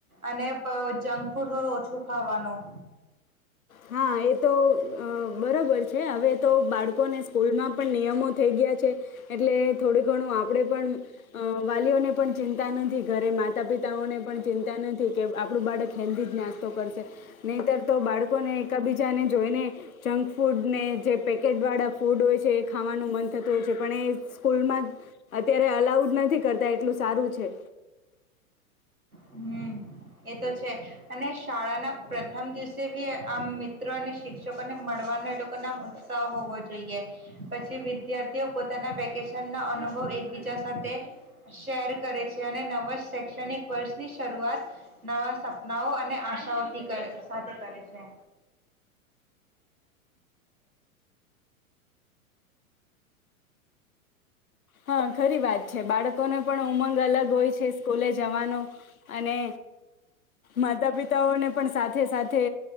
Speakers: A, on the right; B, on the left.
A: અને જંક ફૂડ થોડું ઓછું ખાવાનું.
B: હા એ તો બરાબર છે હવે તો બાળકોને સ્કૂલમાં પણ નિયમો થઈ ગયા છે એટલે થોડું ઘણું આપણે પણ વાલીઓને પણ ચિંતા નથી ઘરે માતા પિતાઓને પણ ચિંતા નથી કે આપણું બાળક હેલ્ધી જ નાસ્તો કરશે નહીતર તો બાળકોને એકબીજાને જોઈને. જંક ફૂડને જે પેકેટવાળા ફૂડ હોય છે એ ખાવાનું મન થતું હોય છે પણ એ સ્કૂલમાં અત્યારે અલાઉડ નથી. કરતા એટલું સારું છે.
A: હમ એ તો છે, અને શાળાના પ્રથમ દિવસે બી આમ મિત્રો અને શિક્ષકોને મળવાનો એ લોકો ના આમ ઉત્સાહ હોવો જોઈએ, પછી વિદ્યાર્થીઓ પોતાના વેકેશન ના અનુભવ એકબીજા સાથે શેર કરે છે, અને નવા શૈક્ષણિક વર્ષની શરૂઆત નવા સપનાઓ અને આશાઓથી સાથે કરે છે.
B: હા ખરી વાત છે બાળકોને પણ ઉમંગ અલગ હોય છે સ્કૂલે જવાનો, અને માતા પિતાઓને પણ સાથે સાથે